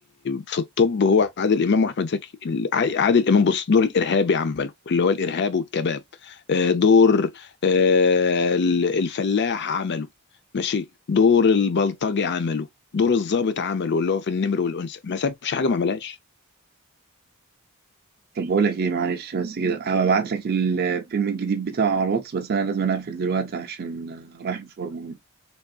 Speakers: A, on the left; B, on the right.
A: في الطب هو عادل امام واحمد زكي الع- عادل امام بص دور الارهابي عمله اللي هو الارهاب والكباب آه، دور آه، ال- الفلاح عمله ماشي دور البلطجي عمله دور الضابط عمله اللي هو في النمر والانثى ما سابش حاجه ما عملهاش
B: طب بقول لك ايه معلش بس كده هبعت لك الفيلم الجديد بتاعه على الواتس بس انا لازم اقفل دلوقتي عشان رايح مشوار مهم